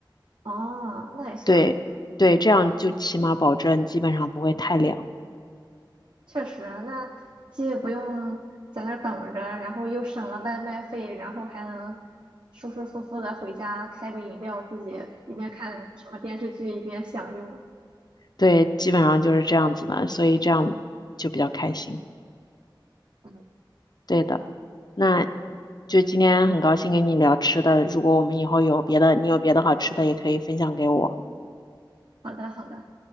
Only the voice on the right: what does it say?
哦，那也行。
确实，那既不用在那儿等着，然后又省了外卖费，然后还能舒舒服服的回家开个饮料，自己一边看什么电视剧一边享用。
嗯，
好的，好的，